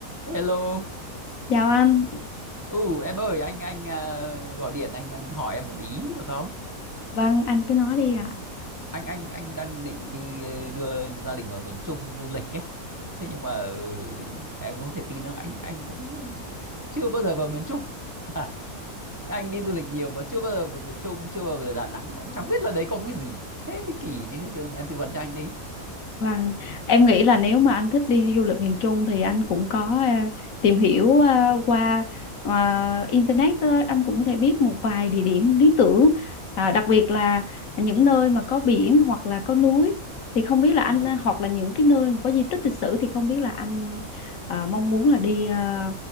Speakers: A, on the right; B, on the left.
A: Hello.
B: Chào anh,
A: Ừ em ơi anh anh à, gọi điện anh anh hỏi em một tí được không?
B: vâng anh cứ nói đi ạ.
A: Anh anh anh đang định đi ờ, đưa gia đình vào miền Trung du lịch ấy. Thế nhưng mà ờ, em có thể tin không? Anh anh cũng chưa bao giờ vào miền Trung. <laughs> Anh đi du lịch nhiều mà chưa bao giờ vào miền Trung, chưa bao giờ vào Đà Nẵng, cũng chẳng biết là đấy có cái gì. Thế mới kỳ chứ. Em tư vấn cho anh đi.
B: Vâng, em nghĩ là nếu mà anh thích đi du lịch miền Trung thì anh cũng có ờ, tìm hiểu ờ, qua ờ, internet thôi. anh cũng có thể biết một vài địa điểm lý tưởng, à, đặc biệt là những nơi mà có biển hoặc là có núi thì không biết là
A: Ờ.
B: anh ờ, hoặc là những cái nơi mà có di tích lịch sử thì không biết là anh ờ, mong muốn là đi ờ,